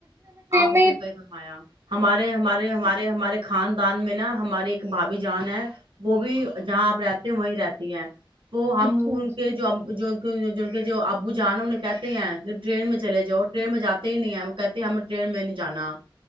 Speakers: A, on the right; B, on the right.
A: آپ وہ
B: میں
A: بھی
B: ہی
A: پایا ہمارے ہمارے ہمارے ہمارے خاندان میں نا ہماری ایک بھابھی جان ہے وہ بھی جہاں آپ رہ وہیں رہتی ہیں وہ ہم
B: اچھا
A: ان کے جو جو ج کے جو آبو جانا انہیں کہتے ہیں ٹرین میں چلے جؤ جاتے ہی نہیں ہے وہ کہتے ہم ٹرین میں نہیں جانا